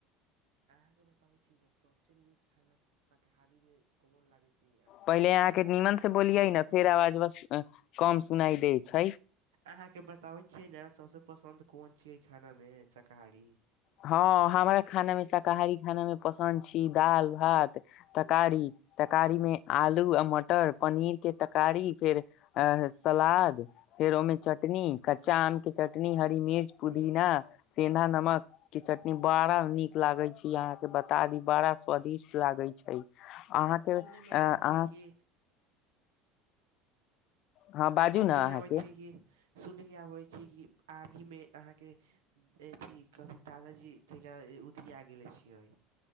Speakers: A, on the right; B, on the left.
A: अहाँ के बताबे छी ने सबसे नीक खाना शाकाहारी में कोन लागे छै अहाँके
B: पहिले अहाँ के नीमन से
A: पसन्दीदा
B: बोलियै ने फेर आवाजवा कम सुनाइ दै छै
A: अहाँ के बताबै छियै ने सभ से पसन्द कोन छियै खाना में शाकाहारी
B: हँ हमरा खाना में शाकाहारी खाना में पसन्द छी दालि भात तरकारी तरकारी में आलू आ मटर पनीर के तकारी फेर अ सलाद फेर ओहि में चटनी
A: ह्म
B: कच्चा आम के चटनी हरी मिर्च पुदीना
A: ह्म
B: सेेंधा नमक के चटनी बड़ा निक लागे छै यहा के बता दी बड़ा स्वादिष्ट लागै छै अहाँ के
A: सुनयमे
B: अ अहाँ
A: आबै छियै कि
B: हँ बाजू
A: सुन
B: ने
A: में
B: अहाँके
A: अबै छियै कि सुन के आबै छै कि आंधी में अहाँ के अथी कथि दादाजी उधिया गेले छियै